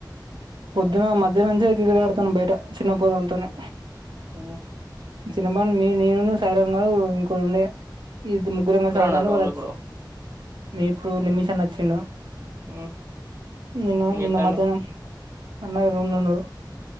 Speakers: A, on the right; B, on the right.
A: పొద్దున మధ్యానం నుంచే క్రికెట్ ఆడుతాన్నం బయట చిన్న పోరగాలతోని
B: ఉ
A: తినమాను నేను సాయిరాం గాడు ఇంకోడు ఉండేగా ఇది ముగ్గురం
B: ఒక్కరే
A: గలిసి ఆడతాంటే
B: ఉన్నారా రూమ్
A: వాళ్ళు
B: లో
A: అచ్చు
B: ఇప్పుడు
A: ఇప్పుడు నిమిష్ అన్న వచ్చిండు.
B: హ్మ్
A: నిన్న
B: ఏం
A: నిన్న
B: చేత్తాండు
A: మధ్యాహ్నం అన్నాడు రూం లో ఉన్నడు